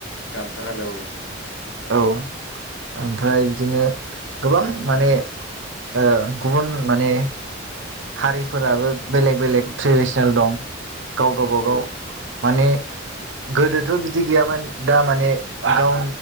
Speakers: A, on the left; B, on the right.
A: गामसा गानो औ।
B: औ ओमफ्राय बिदिनो गोबां माने ओ गुबुन माने हारिफोराबो बेलेग बेलेग ट्रेडिसनेल दं। गाव गाबागाव
A: औ
B: माने गोदोथ' बिदि गैयामोन दा माने गाव